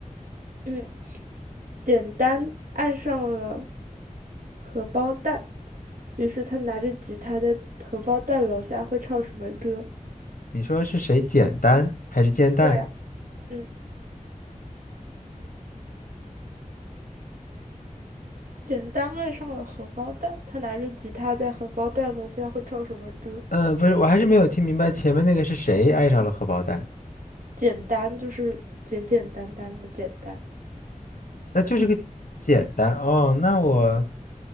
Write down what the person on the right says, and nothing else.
嗯，简单爱上了荷包蛋，于是他拿着吉他在荷包蛋楼下会唱什么歌？
对呀，嗯，简单爱上了荷包蛋，他拿着吉他在荷包蛋楼下会唱什么歌？
简单就是简简单单的简单。